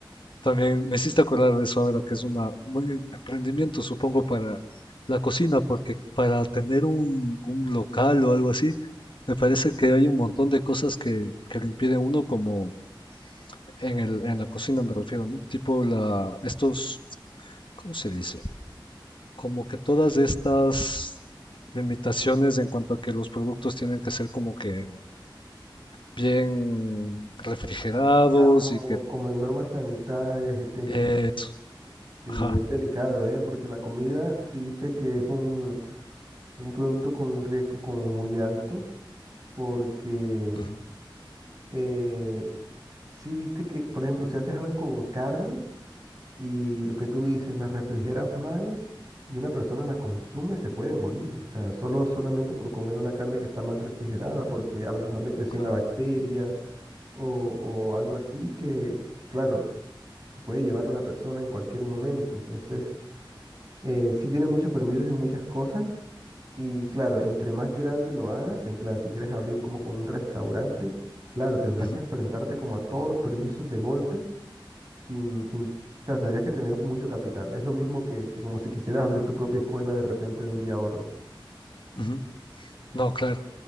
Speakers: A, on the left; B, on the right.
A: también me hiciste acordar de eso ahora, que es una, un buen emprendimiento, supongo, para la cocina, porque para tener un, un local o algo así, me parece que hay un montón de cosas que, que le impiden a uno, como en el, en la cocina me refiero, ¿no? Tipo la, estos, ¿cómo se dice? como que todas estas limitaciones en cuanto a que los productos tienen que ser como que bien refrigerados
B: Ah,
A: y
B: como,
A: que...
B: como en normas sanitarias y técnicas.
A: eh,
B: Sí,
A: ajá,
B: es delicado, ¿eh? Porque la comida, si viste que es un, un producto con un riesgo como muy alto porque
A: Ujú,
B: eh, si viste que, por ejemplo, si haces algo con carne y lo que tú dices, la refrigeras mal y una persona la consume, se puede morir. O sea, solo solamente por comer una carne que está mal refrigerada, porque a lo mejor le creció
A: claro.
B: una bacteria o, o algo así que, que, claro, se puede llevar a una persona en cualquier momento. Entonces, eh, sí tiene muchos permisos y muchas cosas, Y claro, entre más grande lo hagas, en plan, si quieres abrir como con un restaurante, claro, tendrás
A: ujú,
B: que enfrentarte como a todos los permisos de golpe, sin, sin, o sea, tendrías que tener mucho capital. Es lo mismo que, que como si quisieras abrir tu propia escuela de repente de un día a otro.
A: ujú. No, claro.